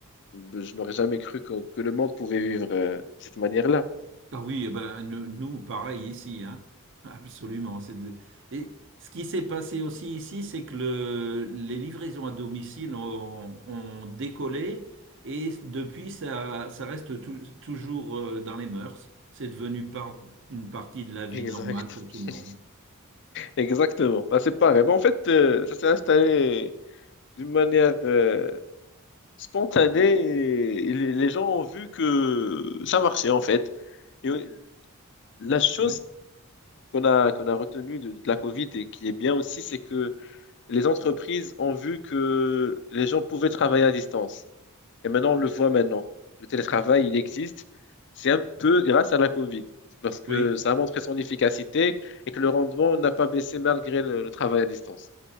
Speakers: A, on the left (about 55°); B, on the right (about 55°).
A: je n'aurais jamais cru que, que le monde pouvait vivre euh, de cette manière-là.
B: Ah oui, eh ben, nous, nous, pareil ici, hein. <laughs> Absolument. c'est de- Et ce qui s'est passé aussi ici, c'est que le- les livraisons à domicile ont, ont décollé et depuis, ça, ça reste tou- toujours euh, dans les mœurs. C'est devenu par- une partie de la vie
A: Exact.
B: normale pour tout le monde.
A: <laughs> Exactement. Bah, c'est pareil. Bah, en fait, euh, ça s'est installé d'une manière euh, spontanée et, et les les gens ont vu que ça marchait en fait. Et euh, la chose
B: Oui.
A: qu'on a, qu'on a retenue de, de la Covid et qui est bien aussi, c'est que les entreprises ont vu que les gens pouvaient travailler à distance. Et maintenant, on le voit maintenant. Le télétravail, il existe. C'est un peu grâce à la Covid parce que
B: Oui,
A: ça a montré son efficacité et que le rendement n'a pas baissé malgré le le travail à distance.